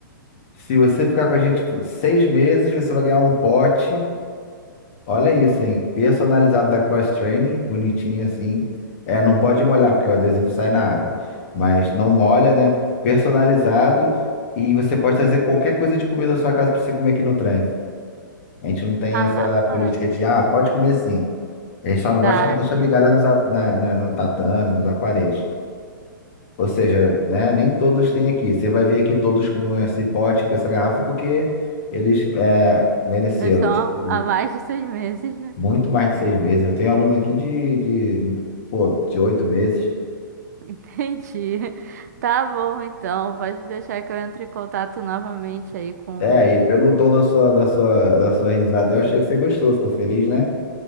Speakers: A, on the left; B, on the right.
A: Se você ficar com a gente tipo, seis meses, você vai ganhar um pote Olha isso, hein? Personalizado da Cross Training, bonitinho assim. É, não pode molhar, porque o adesivo sai na água. Mas não molha, né? Personalizado. E você pode trazer qualquer coisa de comida da sua casa pra você comer aqui no trem. A gente não tem
B: ah,
A: essa política
B: ah.
A: de, ah, pode comer sim. A gente só não
B: Tá,
A: gosta que deixa
B: entendi.
A: migalha nos, a- na, na- no tatame, nos aparelhos. Ou seja, né, nem todos têm aqui. Você vai ver aqui todos com esse pote, com essa garrafa, porque eles é, mereceram.
B: Nós estamos
A: tipo,
B: há mais de seis meses, né?
A: Muito mais de seis meses. Eu tenho aluno aqui de, de, pô, de oito meses.
B: Entendi. <laughs> Tá bom, então. Pode deixar que eu entre em contato novamente aí com.
A: É, e pelo tom da sua, da sua, da sua risada, eu achei que você gostou, ficou feliz, né?